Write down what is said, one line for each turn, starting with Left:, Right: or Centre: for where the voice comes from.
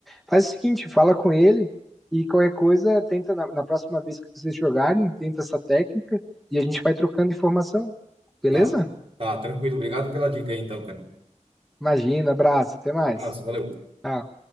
Centre: Faz o seguinte, fala com ele e qualquer coisa, tenta na, na próxima vez que vocês jogarem, tenta essa técnica e a gente vai trocando informação, beleza?
Right: Tá, tá, tá, tranquilo. Obrigado pela dica aí, então, cara.
Centre: Imagina, abraço, até mais.
Right: Um abraço, valeu.
Centre: Tchau.